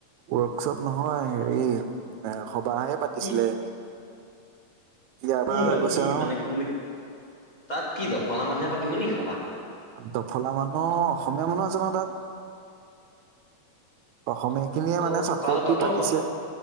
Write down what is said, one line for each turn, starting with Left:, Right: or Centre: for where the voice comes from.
Right: ৱৰ্কশ্বপ নহয়, হেৰি, এ, সবাহে পাতিছিলে।
Left: কি
Right: ইয়াৰ
Left: কি
Right: পৰা
Left: হয়
Right: গৈছে
Left: কি?
Right: নহয়
Left: মানে ত তাত কি দফলা মানুহে পাতিম নে সভা!
Right: দফলা মানুহ, অসমীয়া মানুহ আছে ন তাত, অসমীয়া! সেইখিনিয়ে
Left: অ
Right: মানে চাপোৰ্ট
Left: তাৰ তাতো
Right: দি পাতিছে।